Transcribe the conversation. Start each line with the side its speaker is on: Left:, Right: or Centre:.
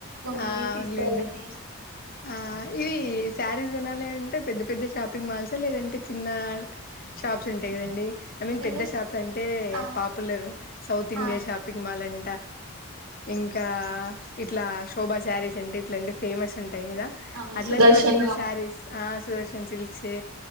Right: మమ్మల్ని
Left: ఆ అవునులేండి
Right: తీసుకోవాలని
Left: ఆ ఆ ఇవి సారీస్ కొనాలి అంటే పెద్ద పెద్ద షాపింగ్ మాల్స్ లేదంటే చిన్న షాప్స్ ఉంటాయి కదండి ఐ మీన్
Right: నేను
Left: పెద్ద షాప్స్ అంటే
Right: ఆ
Left: పాపులర్ సౌత్ ఇండియా
Right: ఆ
Left: షాపింగ్ మాల్ అం ఇంకా ఇట్లా శోభా సారీస్ అంటే ఇట్లాంటి ఫేమస్ ఉం టయి కదా
Right: అవును
Left: అట్లాంటి
Right: సుదర్శను
Left: వాటిల్లో సారీస్ సుదర్శన్ సిల్స్ సే